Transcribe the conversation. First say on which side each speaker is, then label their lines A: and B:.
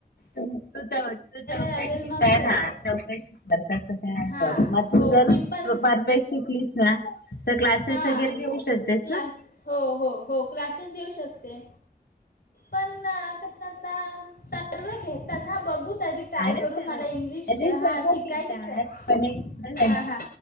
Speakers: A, on the left; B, on the left.
A: तू तू च तू चौकशी
B: लागेल मग
A: शिक
B: करेन
A: हा चौकशी शिक कस ह
B: हां
A: म
B: हो
A: तु जर
B: मी पण
A: परर्फेक्ट शिकली ना तर क्लासेस
B: हां
A: वगैरे घेऊ शकतेस
B: क्लास
A: ना
B: हो हो हो क्लासेस घेऊ शकते पण कस सर् घ तथा बघु तरी ट्राय
A: अरे
B: करून
A: सर्व
B: मला इंग्लिश
A: अरे
B: हा
A: सर्व
B: शिकायचीच
A: घेतात
B: आहे
A: पण एक तुला सांगते
B: हां हां